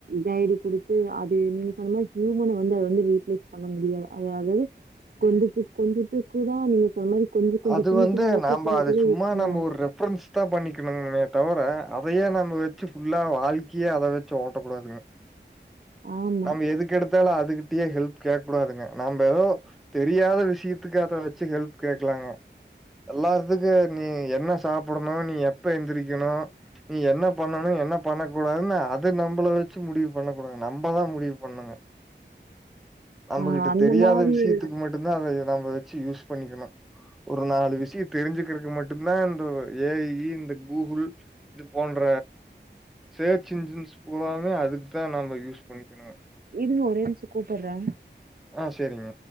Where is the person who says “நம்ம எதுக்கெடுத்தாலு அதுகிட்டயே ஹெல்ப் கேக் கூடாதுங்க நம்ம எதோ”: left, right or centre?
Centre